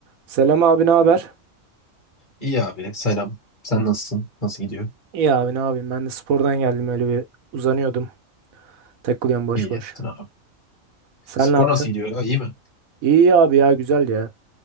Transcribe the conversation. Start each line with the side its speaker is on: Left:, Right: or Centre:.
Right: Selam abi ne haber?
Left: İyi abi selam. Sen nasılsın? Nasıl gidiyor?
Right: İyi abi ne yapayım ben de spordan geldim öyle bir uzanıyordum. Takılıyorum boş
Left: İyi
Right: boş.
Left: yaptın abi.
Right: Sen
Left: Spor
Right: ne yaptın?
Left: nasıl gidiyor? Ya, iyi mi?
Right: İyi abi ya güzel ya.